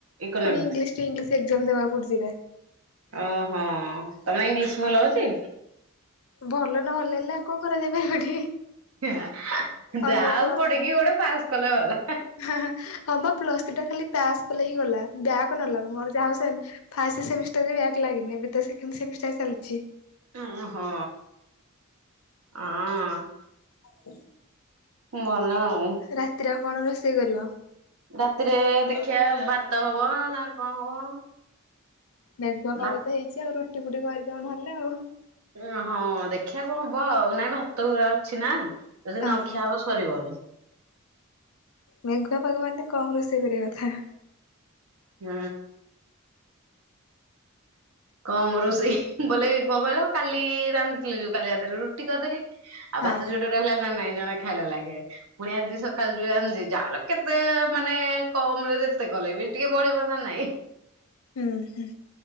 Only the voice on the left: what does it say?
ପୁଣି English two English exam ଦେବା ପଡୁଥିଲା
ଭଲ ନହେଲେ ହେଲେ ଆଉ କଣ କରାଯାଇ <unintelligible>
ଅନର୍ସ
ହଁ ହଁ ହମ ପ୍ଲସ ଥ୍ରି ଟା ଖାଲି ପାସ୍ କଲେ ହେଇ ଗଲା, ଵ୍ୟାକ୍ ନ ଲାଗୁ ମୋର ଯାହା ହୋଊ ସେମ୍ ଫାଷ୍ଟ ସେମିଷ୍ଟାରରେ ବ୍ୟାକ ଲାଗିନି, ଏବେ ତ ସେକେଣ୍ଡ ସେମିଷ୍ଟାର ଚାଲିଚି।
ହୁ।
ରାତିରେ ଆଉ କଣ ରୋଷେଇ କରିବ?
ମେଘୁଆ ପାଗ
ତ ହେଇଚି ଆଉ ରୁଟି ଫୁଟି କରିଦେବ ନହେଲେ ଆଉ।
ହଁ
ହଁ
ମେଘୁଆ ପାଗ ମାନେ କମ ରୋଷେଇ କରିବା କଥା।
ହଁ
ଉଁ ହୁଁ।